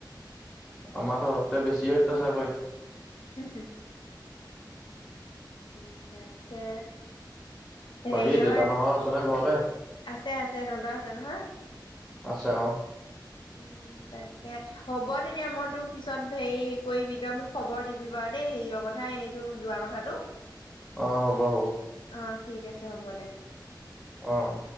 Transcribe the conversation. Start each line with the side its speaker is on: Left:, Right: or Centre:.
Centre: আমাৰ তহঁতকে বেছি অত্যাচাৰ কৰে।
Left: হু হু উম উম তাকে হেৰিয়ৰ
Centre: বাকী দেউতা মাহত আছে নে ঘৰতে
Left: আছে আছে তহতৰ আছে নহয়।
Centre: আছে অ
Left: উম তাকে হ'ব তেতিয়া মই তোক পিছত হেৰি কৰিবি তই মোক খবৰ দিবি বাৰু দেই হেৰিয়ৰ কথা সেইটো যোৱা কথাটো
Centre: অ হ'ব হ'ব
Left: অ ঠিক আছে হ'ব দে
Centre: অ অ